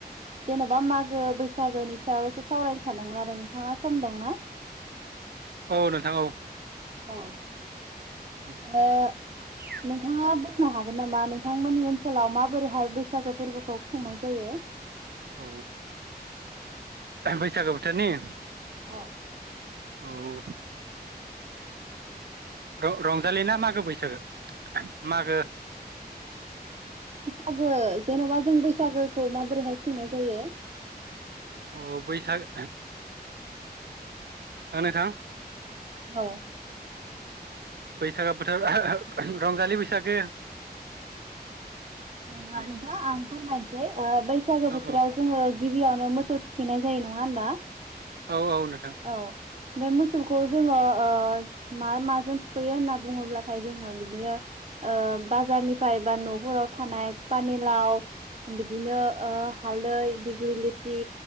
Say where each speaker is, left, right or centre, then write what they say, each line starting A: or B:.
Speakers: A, on the right; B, on the right.
A: जेन'बा मागो बैसागोनि सायाव एसे सावरायनो सानदोंमोन आरो नोंथाङा सम दंना?
B: औ नोंथां औ
A: औ
B: <unintelligible>
A: ओ नोंथाङा बुंनो हागोन नामा नोंथांमोननि ओनसोलाव माबोरैहाय बैसागो फोरबो खौ खुंनाय जायो?
B: औ बैसागो बोथोरनि?
A: औ
B: औ रं-रंजालि ना मागो बैसागो मागो?
A: बैसागो जेन'बा जों बैसागोखौ माबोरैहाय खुंनाय जायो?
B: अ बैसाग ओ नोंथां
A: औ
B: ओ बोथोर <unintelligible> बोथोर रंजालि बैसागो
A: नङा
B: औ
A: नोंथां आं फोरमायनोसै ओ बैसागो बोथोराव
B: औ
A: जोङो गि बियावनो मोसौ थुखैनाय जायो नङा होनबा?
B: औ औ नोंथां ।
A: औ बे मोसौखौ जोंङो ओ मा माजों थुखैयो होनना बुङोब्लाथाय जोंङो बिदिनो ओ बाजारनिफ्राय बा न'फोराव थानाय पानिलाव बिदिनो ओ हालदै, दिगिलिथि